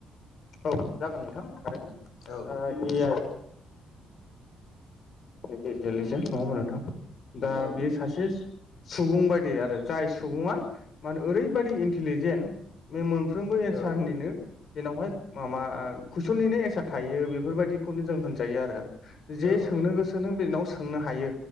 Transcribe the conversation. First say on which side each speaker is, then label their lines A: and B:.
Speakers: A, on the left; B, on the left.
A: औ जागोन नोंथां आरो
B: औ नोंथां
A: ए आइ <unintelligible> दा
B: औ
A: बे
B: नोंथां
A: सासे सुबुं बायदि आरो जाय सुबुङा मान ओरैबायदि इन्टेलिजेन्ट बे मोनफ्रोमबो एन्सारनिनो
B: औ नोंथां
A: जेनावहाय माबा कुइसननिनो एन्सार थायो बेफोरबायाददिखौनो जों होनजायो आरो जे
B: औ
A: सोंनो
B: नोंथां
A: गोसो नों बेनाव सोंनो हायो